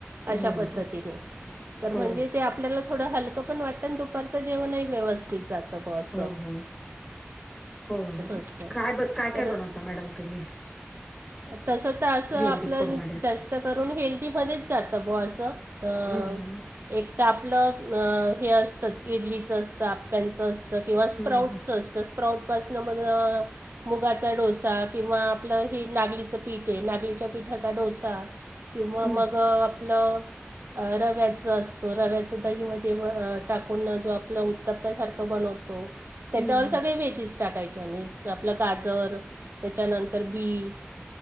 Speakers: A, in the centre; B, on the right.
A: हो
B: अशा
A: हो
B: पद्धतीने तर
A: हो
B: म्हणजे ते आपल्याला थोडं हलकं पण वाटतं आणि दुपारचं जेवणही व्यवस्थित जातं बा अस.
A: हो हो हो
B: असतं
A: काय ब काय
B: तर
A: काय बनवता मॅडम तुम्ही?
B: तसं तर असं
A: हेल्दी
B: आपलं
A: फूड मध्ये
B: जास्त करून हेल्दीमध्येच जातं ब असं. तर
A: हम्म हम्म
B: एक तर आपलं हे असतंच इडलीचं असतं आप्यांचं असतं. किंवा स्प्राऊटचं
A: हम्म
B: असतं स्प्राऊटपासनं मग मुगाचा डोसा किंवा आपलं हे नागलीचं पीठ आहे नागलीच्या पीठाचा डोसा किंवा
A: हम्म
B: मग आपलं रव्याचं असत. तो रव्याच दही मध्ये टाकून जो आपला उत्तप्प्यासारखं बनवतो. त्याच्यावर
A: हम्म हम्म
B: सगळे व्हेजेस टाकायचे आणि आपलं गाजर त्याच्यानंतर बीट